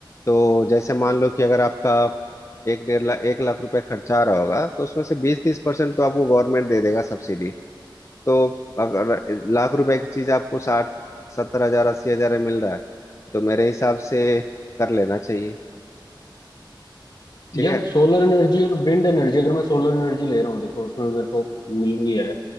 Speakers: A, on the left; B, on the left.
A: तो जैसे मान लो कि अगर आपका एक डेढ़ लाख एक लाख रुपए खर्चा आ रहा होगा तो उसमें से बीस तीस परसेंट तो आपको गवर्नमेंट दे देगा सब्सिडी तो अगर लाख रुपए की चीज आपको साठ सत्तर हजार अस्सी हजार में मिल रहा है तो मेरे हिसाब से कर लेना चाहिए ठीक
B: यार
A: है
B: सोलर एनर्जी और विंड एनर्जी अगर मैं सोलर एनर्जी ले रहा हूँ देखो उसमें मेरे को मिल रही है